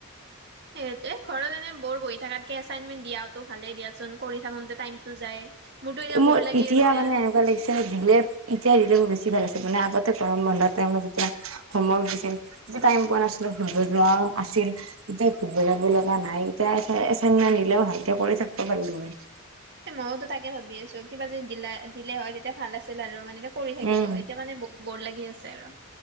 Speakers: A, on the right; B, on the right.
A: সেইটোৱে ঘৰত এনে বৰ বহি থকাতকৈ এছাইনমেণ্ট দিয়াটো ভালেই দিয়াচোন, কৰি থাকোঁতে টাইমটো যায়। মোৰতো এতিয়া
B: মোৰ
A: বৰ লাগি
B: এতিয়া
A: আছে
B: মানে এনেকুৱা লাগিছে এতিয়া দিলে এতিয়া দিলে মোৰ বেছি ভাল আছিল, মানে আগতে গৰম বন্ধত যেতিয়া হোমৱৰ্ক দিছিল টাইম পোৱা নাছিলো, ঘৰলৈ যোৱা আছিল। এতিয়া ঘুৰব যাব লগা নাই, এতিয়া এছাইনমেণ্ট দিলেও ভালকে কৰি থাকিব পাৰলো হয়।
A: মইয়োতো তাকে ভাবি আছো কিবা যে দিলা দিলে হয় তেতিয়া ভাল আছিল আৰু মানে এতিয়া কৰি থাকিলো
B: উম
A: হয় এতিয়া মানে বৰ লাগি আছে আৰু।